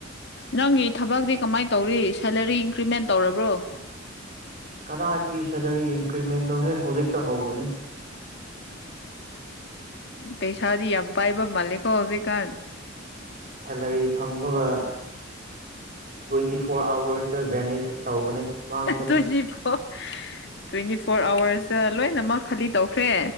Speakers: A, on the left; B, on the right.
A: ꯅꯪꯒꯤ ꯊꯕꯛꯇꯤ ꯀꯃꯥꯏ ꯇꯧꯔꯤ ꯁꯦꯂꯔꯤ ꯏꯟꯀ꯭ꯔꯤꯃꯦꯟ ꯇꯧꯔꯕ꯭ꯔꯣ
B: ꯀꯗꯥꯏꯗꯒꯤ ꯁꯦꯂꯔꯤ ꯏꯟꯀ꯭ꯔꯤꯃꯦꯟꯅꯣꯍꯦ ꯍꯧꯖꯤꯛꯇ ꯍꯧꯕꯅꯦ
A: ꯄꯩꯁꯥꯗꯤ ꯌꯥꯝ ꯄꯥꯏꯕ ꯃꯥꯜꯂꯦꯀꯣ ꯍꯧꯖꯤꯛꯀꯥꯟ꯫
B: ꯁꯦꯂꯔꯤ ꯐꯪꯕꯒ ꯇ꯭ꯋꯦꯟꯇꯤ ꯐꯣꯔ ꯑꯋꯔꯁꯇ ꯚꯦꯅꯤꯁ ꯇꯧꯕꯅꯦ ꯃꯥꯡꯕꯅꯦ
A: ꯇ꯭ꯋꯦꯟꯇꯤ ꯐꯣꯔ ꯇ꯭ꯋꯦꯟꯇꯤ ꯐꯣꯔ ꯑꯋꯥꯔꯁꯇ ꯂꯣꯏꯅꯃꯛ ꯈꯜꯂꯤ ꯇꯧꯈ꯭ꯔꯦ